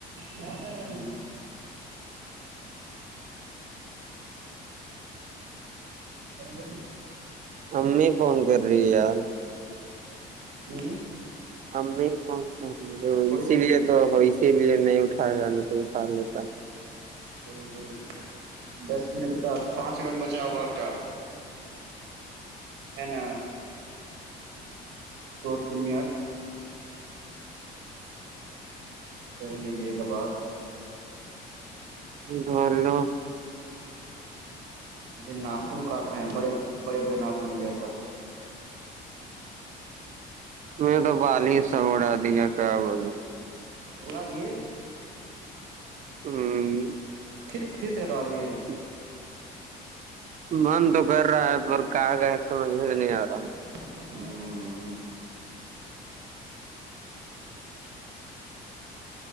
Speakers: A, on the right; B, on the right.
A: ج کرچ ہ گرم پ
B: امی فون کر رہی یار
A: ہوں
B: امی کون
A: تھوڑی
B: اسی
A: دیر
B: لیے تو اسی لیے نہیں اٹھایا گ ن تو اٹھا لیتا
A: تھوڑی دی دس منٹ کا پانچ ہی رن بچاؤ گا کا ہے ن دو تین منٹ کر لیجیے گا بات
B: بلو
A: کیکہ ناخن کاٹ رہے ہیں بڑے بڑے بڑے ناخن ہو گیا تھا
B: میں تو پال ہی سب اھا دییا کیا بول
A: بلا دیے
B: ہوں
A: پھر پھر سے کٹوا لیے
B: ہچ من تو کر رہا ہے پر کہ کہ سمجھ میں نہیں آ رہا ہ
A: ہوں